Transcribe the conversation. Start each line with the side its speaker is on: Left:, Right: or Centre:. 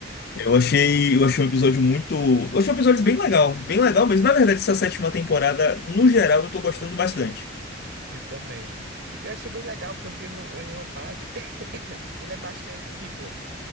Left: Eu achei, eu achei um episódio muito. Eu achei um episódio bem legal, bem legal mesmo. Na verdade, essa sétima temporada, no geral, eu tô gostando bastante.
Right: Eu também. Eu achei bem legal porque no- em uma parte <coughs> ele é bastante tipo,